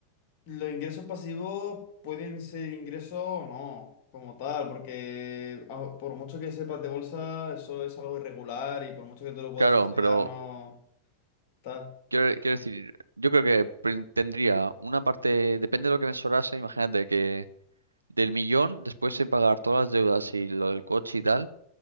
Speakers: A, on the left; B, on the right.
A: los ingresos pasivos pueden ser ingresos o no, como tal, porque a- por mucho que sepas de bolsa, eso es algo irregular y por mucho que tú lo puedas
B: Claro,
A: estudiar,
B: pero
A: no tal.
B: quiero, quiero decir, yo creo que prin- tendría una parte, depende de lo que me sobrase, imagínate que del millón, después de pagar todas las deudas y lo del coche y tal.